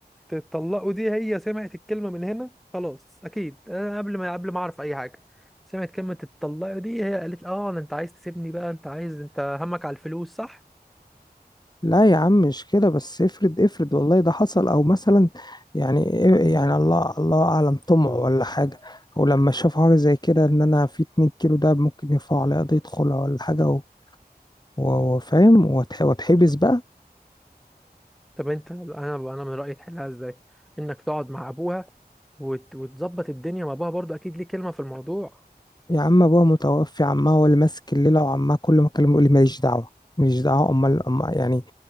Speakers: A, in the centre; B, on the left (about 25°).
A: تطلقوا دي هي سمعت الكلمة من هنا خلاص اكيد انا قبل ما قبل ما اعرف اي حاجة سمعت كلمة تطلقوا دي هي قالت اه أنا- انت عايز تسيبني بقى انت عايز انت همك على الفلوس صح
B: لا يا عم مش كده بس افرض افرض والله ده حصل او مثلا يعني إيه- يعني الله الله اعلم طمع ولا حاجه او لما شافوا حاجه زي كده ان انا في 2 كيلو ده ممكن يرفعوا عليا قضيه خلع ولا حاجه و- و- وفاهم وتح- واتحبس بقى
A: طب انت انا انا من رأيي تحلها ازاي انك تقعد مع ابوها وت- وتظبط الدنيا مع ابوها برضه اكيد ليه كلمة في الموضوع
B: يا عم ابوها متوفي عمها هو اللي ماسك الليله وعمها كل ما اكلمه يقول لي ماليش دعوه ماليش دعوه امال امال يعني